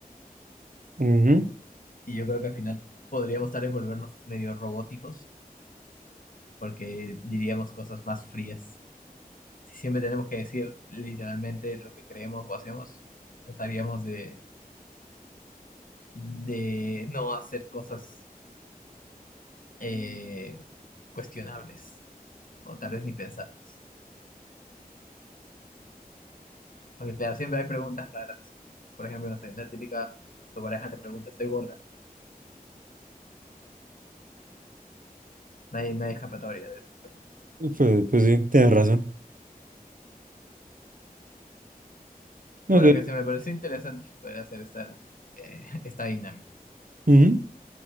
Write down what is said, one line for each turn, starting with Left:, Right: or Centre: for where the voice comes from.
Right: Ujú.
Left: Y yo creo que al final podríamos tal vez volvernos medio robóticos, porque diríamos cosas más frías. si siempre tenemos que decir literalmente lo que creemos o hacemos, trataríamos de, de no hacer cosas eh, cuestionables o tal vez ni pensarlas. Porque claro, siempre hay preguntas raras. Por ejemplo, no sé, la típica, tu pareja te pregunta, ¿estoy gorda? No hay, no hay escapatoria de eso.
Right: Pues, pues sí, tienes razón.
Left: Y
Right: Ok.
Left: bueno, que se me pareció interesante <laughs> poder hacer esta, eh, <laughs> esta dinámica.
Right: Ujú.